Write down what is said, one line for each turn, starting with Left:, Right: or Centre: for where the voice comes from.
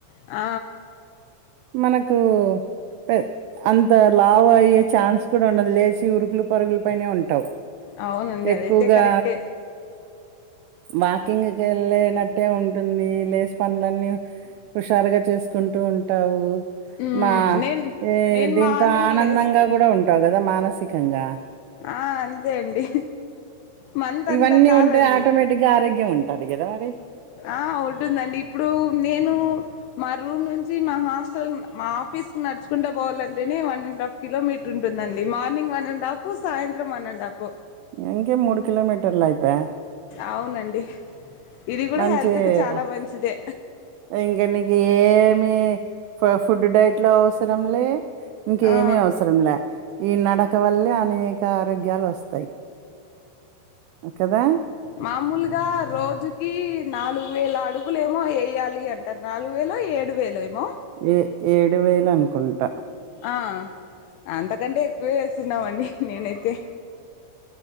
Left: ఆ
Right: మనకూ పె అంత లావయ్యే ఛాన్స్ కూడుండదు లేచి ఉరుకులు పరుగులు పైనే ఉంటావ్
Left: అవునండి
Right: ఎక్కువ్గా
Left: అదైతే కరెక్టే
Right: వాకింగ్కె కేళ్ళేనట్టే ఉంటు ఉంది లేసి పన్లన్నీ హుషారుగ చేస్కుంటూ ఉంట్ టావు
Left: మ్మ్
Right: మా
Left: నేను
Right: దీ
Left: నేను
Right: దీంతో
Left: మార్నింగ్
Right: ఆనందంగా
Left: లేస్తాను
Right: కూడా ఉం టావు కద మానసికంగా
Left: ఆ అంతే అండి మంత
Right: ఇవన్నీ
Left: అంతా కాద
Right: ఉంటే
Left: అండి
Right: ఆటోమేటిక్‌గా ఆరోగ్యం ఉంటది గదా! మరి.
Left: ఆ ఉంటుంద అండి ఇప్పుడు నేను మా రూమ్ నుంచి మా హాస్టల్ మా ఆఫీస్కు నడ్చుకుంట పోవాల అంటేనే వన్ అండ్ హాఫ్ కిలోమీట్రుంటుంద అండి మార్నింగ్ వన్ అండ్ హాఫు సాయింత్రం వన్ అండ్ హాఫు
Right: ఇంకేం మూడు కిలోమీటర్లై అయిపాయే
Left: అవున అండి ఇది కూడా
Right: మంచి
Left: హెల్త్కి చాలా
Right: ఆహ్,
Left: మంచిదే
Right: ఇంక నీకేమి ఫ ఫుడ్ డైట్ లో అవసరంలే ఇంకేమి
Left: ఆ
Right: అవ్సరంలే ఈ నడక వల్లే అనేక ఇంకా ఆరోగ్యాలు వస్తాయి కదా
Left: మాముల్గా రోజుకి నాలుగు వేల అడుగులు ఏమో ఎయ్యాలి అంట ట నాలుగు వేలో ఏడు వేలే ఏమో
Right: ఏ ఏడు వేలు అన్కుంట
Left: ఆ అంతకంటే ఎక్కువే చేస్తున్నామ అండి నేనై అయితే